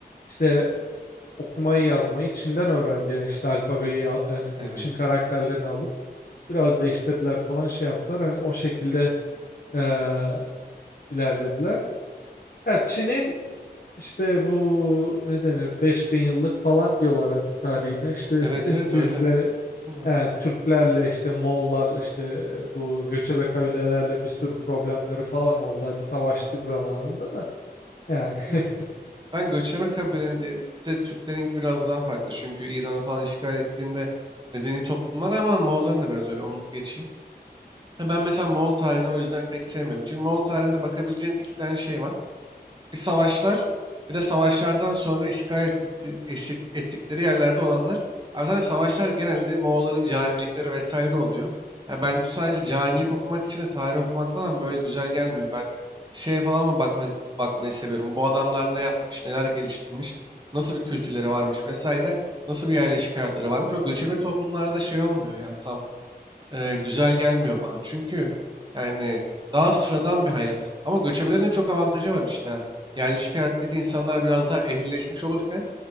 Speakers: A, on the left (about 55°); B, on the right (about 25°).
A: işte okumayı yazmayı Çin'den öğrendi yani işte alfabeyi ya- yani
B: Evet.
A: bu Çin karakterlerini alıp. Biraz değiştirdiler falan şey yaptılar. Hani o şekilde eee, ilerlediler. Ya Çin'in işte bu ne denir 5000 yıllık falan diyorlar hani tarihine. İşte
B: Evet
A: <laughs>
B: evet
A: bizle
B: öyle. Bilmiyorum.
A: yani Türklerle işte Moğollarla işte bu göçebe kabilelerle bir sürü problemleri falan oldu hani savaştık zamanında da yani
B: Evet.
A: <laughs>
B: Ben göçebe kabilelerinde Türklerinki biraz daha farklı. Çünkü İran'ı falan işgal ettiğinde medeni toplumlar ama Moğolların da biraz öyle. Onu geçeyim. Ha, Ben mesela Moğol tarihini o yüzden pek sevmiyorum. Çünkü Moğol tarihinde bakabileceğin iki tane şey var. Bir savaşlar bir de savaşlardan sonra işgal etti- eşlik ettikleri yerlerde olanlar. Abi zaten savaşlar genelde Moğolların canilikleri vesaire oluyor. Ya ben sadece canilik okumak için de tarih okumak falan böyle güzel gelmiyor. Ben şeye falan mı bakma, bakmayı seviyorum. Bu adamlar ne yapmış, neler geliştirmiş, nasıl bir kültürleri varmış vesaire, nasıl bir yerleşik hayatları varmış. O göçebe toplumlarda şey olmuyor ya tam e, güzel gelmiyor bana. Çünkü yani daha sıradan bir hayat. Ama göçebelerin de çok avantajı var işte. ha. Yerleşik hayattaki insanlar biraz daha ehlileşmiş olurken